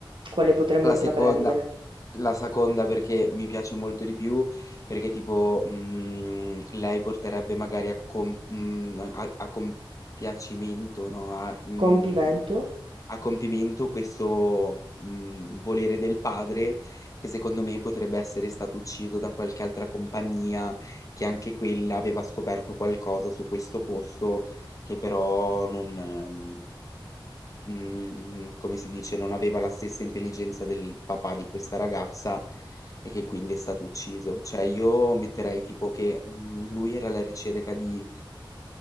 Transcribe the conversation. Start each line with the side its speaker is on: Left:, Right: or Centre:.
Right: quale potremmo
Left: La
Right: intraprendere.
Left: seconda, la seconda perché mi piace molto di più, perché tipo mh, lei porterebbe magari a, com- mh, a- a compiacimento, no? A, mh,
Right: Compimento?
Left: a compimento questo mh, volere del padre che secondo me potrebbe essere stato ucciso da qualche altra compagnia che anche quella aveva scoperto qualcosa su questo posto che però non mm, come si dice, non aveva la stessa intelligenza del papà di questa ragazza e che quindi è stato ucciso. Cioè, io metterei tipo che mm, lui era alla ricerca di,